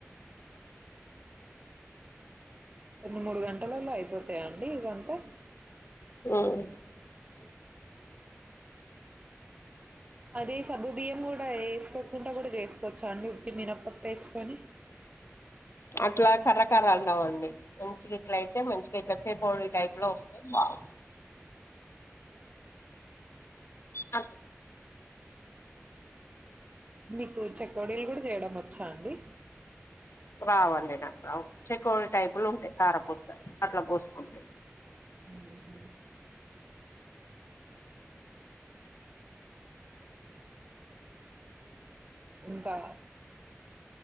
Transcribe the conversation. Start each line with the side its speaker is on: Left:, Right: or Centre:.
Right: రెండు మూడు గంటలల్లో అయిపోతాయండి ఇగంతే
Left: హుమ్
Right: కు అదీ సగ్గు బియ్యం కూడా ఏసుకోకుండా కూడా చేసుకోవచ్చా అండి ఉత్తి మినపప్పు ఏసుకొని
Left: అట్లా కర్రకర్ర అంట ఉంటాయ్ ఇట్ల అయితే మంచిగా కచ్చె కోడి టైప్ లో వస్తాయ్ బాగ అ
Right: మీకు చెకువడీలు కూడా చేయడం వచ్చా అండి
Left: రావ్ అండి నాకు చెకోవడి టైపులు ఉంటాయి కారపూట్ అట్లా పోసుకుంటె
Right: హమ్ ఇంకా